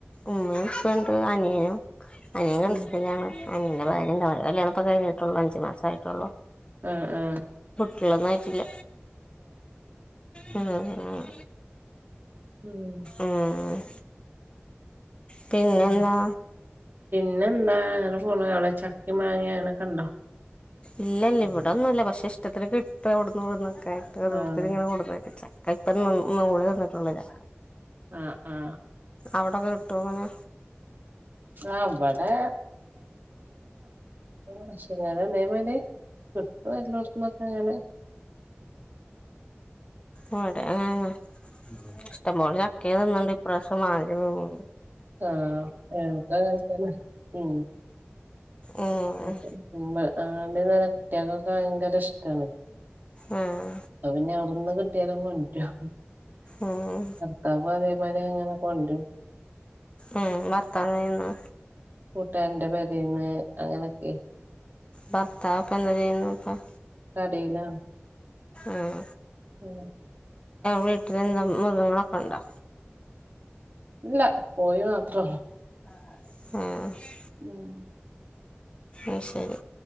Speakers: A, on the left; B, on the right.
A: ഉമ്മേ ഉപ്പേണ്ട് അനിയനും അനിയൻ ഗൾഫിലാണ്
B: ഉം
A: അനിയന്റെ ഭാര്യണ്ടവിടെ കല്യാണംപ്പ കഴിഞ്ഞിട്ടുള്ളു അഞ്ചു മാസായിട്ടുള്ളൂ
B: ആഹ്ആഹ്
A: ക്ളന്നായിട്ടില്ല ഉം
B: ഉം
A: ഉം പിന്നെന്താ
B: പിന്നെ പിന്നെന്താ അങ്ങനെ പോണ് അവടെ ചക്കിം മാങ്ങിങ്ങനെക്കെണ്ടോ
A: ഇല്ലല്ല ഇവിടെ ഒന്നും ഇല്ല പക്ഷെ ഇഷ്ടത്തിന് കിട്ടും അവിടന്ന് ഇവിടുന്നൊക്കെ ആയിട്ട് ഓരോര്ത്തര്
B: ആഹ്
A: ങ്ങനെ കൊട്ന്നെരും ച കൈപ്പന്നൂ ന്നുടെ തിന്നിട്ടുള്ള ഞാ
B: ആഹ ആഹ
A: അവിടോക്കെ കിട്ടോ ഇങ്ങനെ
B: ആഹ് ഇവിടെ ആ <unintelligible> അതേ പോലെ കിട്ടും എല്ലോടത്തന്നൊക്കെങ്ങാനെ
A: ഉ അടെ ആഹ ഇഷ്ടംപോലെ ചക്കയും തിന്നിട്ടുണ്ട് ഇപ്രാവശ്യം മാങ്ങയും തിന്നിട്ടുണ്ട്
B: ആക്ക കണക്കനെ ഉ
A: ഉം
B: <unintelligible> ആ അതുകൊണ്ട് തന്നെ കുട്ടികൾക്കൊക്കെ ഭയങ്കര ഇഷ്ടാണ്
A: ഉം
B: അപ്പ പിന്നെ അവിടുന്ന് കുട്ടിയ കൊണ്ട് ര്യോഭർത്താവ്
A: ഉം
B: അതേമാര അങ്ങനെ കൊണ്ട് രും
A: ഉ ഭർത്താവിനെന്ന്
B: കൂട്ടുകാരന്റെ പേരേന്ന് അങ്ങനെയൊക്കെ
A: ബർത്തവെപ്പങ്ങനെ നോക്ക
B: ക ടീല്ല
A: ആഹ
B: ഉം
A: വീട്ടിലെന്താ മൃഗങ്ങളൊക്കെണ്ടോ
B: ഇല്ല കോയി മാത്രള്ളു
A: ആഹ
B: ഉം
A: അ ശരി